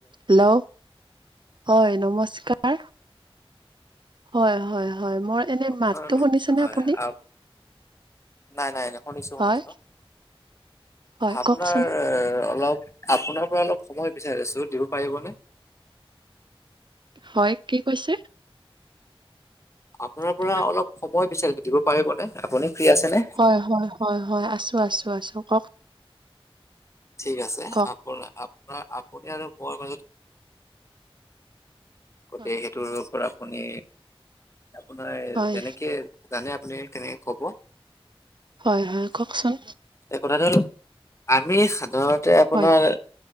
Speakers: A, on the right; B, on the left.
A: Hello হয় নমস্কাৰ হয় হয় হয় মোৰ এনে
B: আপোনাৰ
A: মাতটো শুনিছনে
B: হয়
A: আপুনি
B: আপ নাই নাই নাই শুনিছো শুনিছো
A: হয় হয়
B: আপোনাৰ
A: কওকচোন
B: অলপ আপোনাৰ পৰা অলপ সময় বিচাৰি আছো দিব পাৰিবনে
A: হয় কি কৈছে
B: আপোনাৰ পৰা
A: হেল্ল'
B: অলপ সময় বিচাৰিচো দিব পাৰিবনে আপুনি ফ্ৰী আছেনে
A: হয় হয় হয় হয় আছো আছো আছো কওক
B: ঠিক আছে আপ
A: কওক।
B: আপোনাৰ আপুনি আৰু মোৰ মাজত গতিকে
A: হয়।
B: সেইটোৰ ওপৰত আপুনি আপোনাৰ
A: হয়
B: যেনেকে জানে আপুনি তেনেকে কব
A: হয় হয় কওকচোন
B: এই কথাটো হ'ল আমি সাধাৰণতে আপোনাৰ
A: হয়